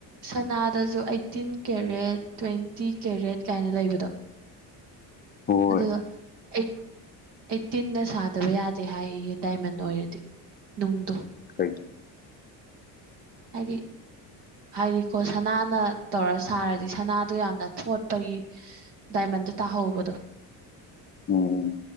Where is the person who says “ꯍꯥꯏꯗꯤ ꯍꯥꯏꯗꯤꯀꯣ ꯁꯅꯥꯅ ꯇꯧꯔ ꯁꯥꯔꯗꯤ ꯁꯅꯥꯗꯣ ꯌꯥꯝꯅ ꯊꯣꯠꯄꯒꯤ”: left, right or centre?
Right